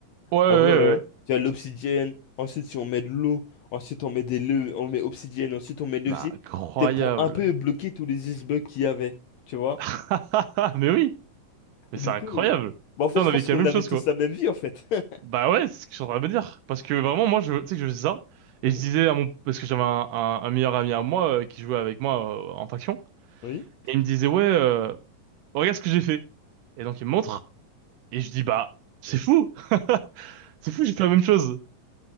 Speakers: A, on the right; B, on the left.
A: Ouais, ouais, ouais.
B: En gros, euh,
A: ouais.
B: tu as l'obsidienne, ensuite si on met de l'eau, ensuite on met des le- on met obsidienne, ensuite on met levier.
A: Bah, incroyable.
B: C'était pour un peu bloquer tous les icebergs qu'il y avait, tu vois.
A: <laughs> Mais oui. Mais
B: Et
A: c'est
B: du
A: incroyable.
B: coup, euh, bah en fait,
A: Putain,
B: je
A: on avait
B: pense
A: vécu
B: qu'on
A: la même
B: avait
A: chose,
B: tous
A: quoi.
B: la même vie, en fait. <laughs>
A: Bah ouais, c'est ce que je suis en train de me dire. Parce que vraiment, moi, je, tu sais que je faisais ça.
B: Hein
A: Et je disais à mon, parce que j'avais un, un, un meilleur ami à moi, euh, qui jouait avec moi, euh, en faction.
B: Oui.
A: Et il me disait, ouais, euh, regarde ce que j'ai fait. Et donc, il me montre. Et je dis, bah, c'est fou. <laughs> C'est fou, j'ai fait la même chose.